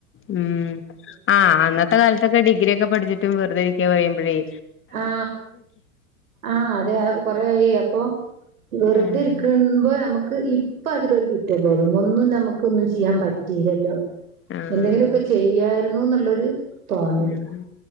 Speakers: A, on the left; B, on the right.
A: ഉം ആ അന്നത്തെ കാലത്തൊക്കെ ഡിഗ്രി ഒക്കെ പഠിച്ചിട്ടും വെറുതെ ഇരിക്കാ പറയുമ്പോയ്
B: ആ ആ അതെ കൊറായി അപ്പൊ വെറുതെ
A: ആഹ്
B: ഇരിക്കുമ്പോ നമുക്ക് ക്ക് ഇപ്പൊ അതിലൊരു കുറ്റബോധം ഒന്നും നമുക്ക് ഒന്നും ചെയ്യാൻ പറ്റില്ലല്ലോ
A: ആഹ്
B: എന്തെങ്കിലുമൊക്കെ ചെയ്യായിരുന്നു ന്നുള്ളൊരു തോന്നല്
A: ആഹ്